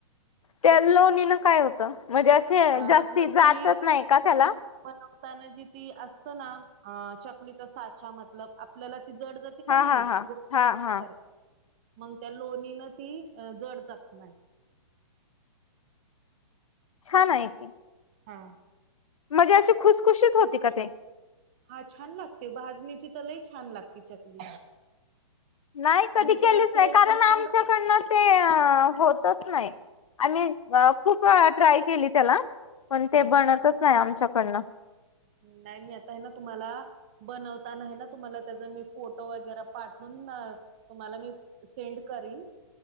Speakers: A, on the left; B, on the right.
A: त्या लोणीनं काय होतं म्हणजे असे
B: अ
A: जास्ती
B: मतलब
A: जाचत
B: ती
A: नाही का त्याला?
B: चकली बनवताना जी ती असत ना चकलीचा साचा मतलब आपल्याला ती जड तिथं
A: हा
B: नाही.
A: हा हा
B: <unintelligible>
A: हा हा
B: मग त्या लोणीन ती जड जात नाही.
A: छान आहे की.
B: हा
A: म्हणजे अशी खुसखुशीत होती का ते?
B: हा छान लागते. भाजणीची तर लई छान लागते चकली.
A: नाही. कधी
B: आणि त्याला
A: केलीच
B: तेल
A: नाही कारण
B: बिलकुल
A: आमच्याकडनं
B: राहत नाही
A: ते होतच नाही. आम्ही खूप ट्राय केली त्याला पण ते
B: हा
A: बनतच नाही आमच्याकडन.
B: नाही मी आता आहे ना तुम्हाला बनवताना आहे ना तुम्हाला त्याचा मी फोटो वगैरे पाठवून तुम्हाला मी सेंड करीन.